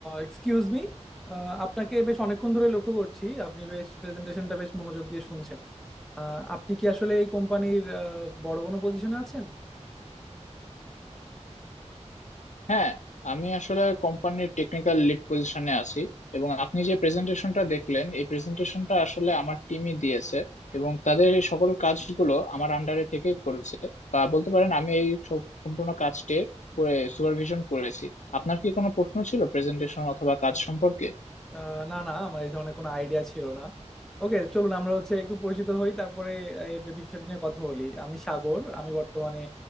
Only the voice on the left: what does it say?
হ্যাঁ আমি আসলে কোম্পানির টেকনিক্যাল লিড পজিশনে আছি এবং আপনি যে প্রেজেন্টেশনটা দেখলেন এই প্রেজেন্টেশনটা আসলে আমার টিমই দিয়েছে এবং তাদের এই সকল কাজগুলো আমার আন্ডারে থেকে করেছে বা বলতে পারেন আমি এই সব- সম্পূর্ণ কাজটি সুপারভিশন করেছি আপনার কি কোনো প্রশ্ন ছিল প্রেজেন্টেশন অথবা কাজ সম্পর্কে